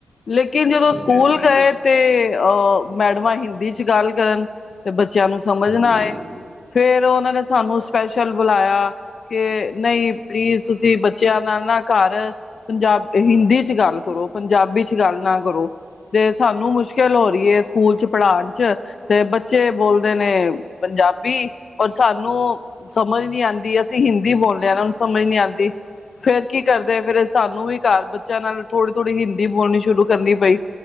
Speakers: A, on the left; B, on the right.
A: ਲੇਕਿਨ ਜਦੋਂ
B: ਹਾਂਜੀ
A: ਸਕੂਲ
B: ਹਾਂਜੀ
A: ਗਏ ਤੇ ਆ ਮੈਡਮਾਂ ਹਿੰਦੀ ਗੱਲ ਕਰਨ ਤੇ ਬੱਚੇ ਬੱਚਿਆਂ ਨੂੰ ਸਮਝ
B: ਹਾਂਜੀ
A: ਨਾ ਆਏ ਫੇਰ ਉਹਨਾਂ ਨੇ ਸਾਨੂੰ ਸਪੈਸ਼ਲ ਬੁਲਾਇਆ ਕਿ ਨਹੀਂ ਪਲੀਜ਼ ਤੁਸੀਂ ਬੱਚਿਆਂ ਨਾਲ ਨਾ ਘਰ ਪੰਜਾਬੀ ਹਿੰਦੀ ਚ ਗੱਲ ਕਰੋ ਪੰਜਾਬੀ ਚ ਗੱਲ ਨਾ ਕਰੋ ਤੇ ਸਾਨੂੰ ਮੁਸ਼ਕਿਲ ਹੋ ਰਹੀ ਹੈ ਸਕੂਲ ਚ ਪੜ੍ਹਾਉਣ ਚ ਤੇ ਬੱਚੇ ਬੋਲਦੇ ਨੇ ਪੰਜਾਬੀ ਔਰ ਸਾਨੂੰ ਸਮਝ ਨ ਆਉਂਦੀ ਅਸੀਂ ਹਿੰਦੀ ਬੋਲਦੇ ਹਾਂ ਨਾ ਸਮਝ ਨੀ ਆਉਂਦੀ ਫੇਰ ਕੀ ਕਰਦੇ ਆ ਫਿਰ ਸਾਨੂੰ ਵੀ ਘਰ ਬੱਚਿਆਂ ਨਾਲ ਥੋੜ੍ਹੀ ਥੋੜ੍ਹੀ ਹਿੰਦੀ ਬੋਲਣੀ ਸ਼ੁਰੂ ਕਰਨੀ ਪਈ